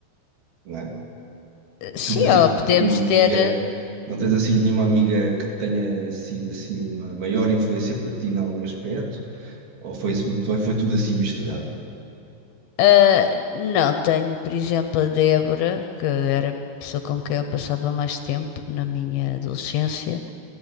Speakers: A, on the right (about 60°); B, on the left (about 75°).
A: não é?
B: Sim,
A: Tu, por exemplo,
B: ó, podemos
A: tens uma amiga,
B: ter. eh,
A: não tens assim nenhuma amiga que tenha sido assim uma maior influência para ti em algum aspecto? Ou foi, isso- ou foi tudo assim misturado?
B: Ah, não, tenho, por exemplo, a Débora, que era a pessoa com quem eu passava mais tempo na minha adolescência,